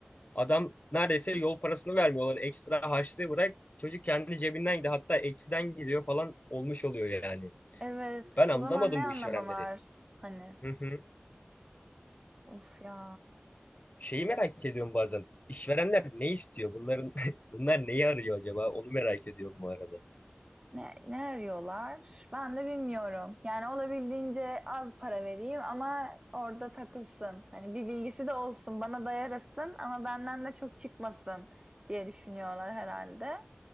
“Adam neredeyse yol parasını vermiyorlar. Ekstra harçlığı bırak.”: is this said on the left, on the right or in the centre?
Left